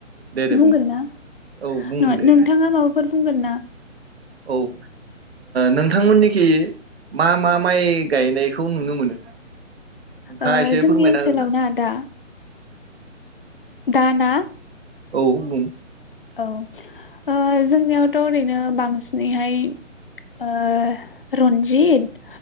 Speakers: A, on the right (about 55°); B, on the left (about 45°).
A: दे
B: बुंगोन
A: दे बुं
B: ना नङा
A: औ बुं दे
B: नोंथाङा माबाफोर बुंगोन ना
A: औ ओ नोंथांमोननिखि मा मा माइ गायनायखौ नुनो मोनो नोंथाङा
B: ओ
A: एसे
B: जोंनि
A: फोरमायना
B: ओनसोलाव
A: होगोन आं?
B: ना दा दाना
A: औ बुं
B: औ ओ जोंनियावथ' ओरैनो बांसिनैहाय ओ रन्जित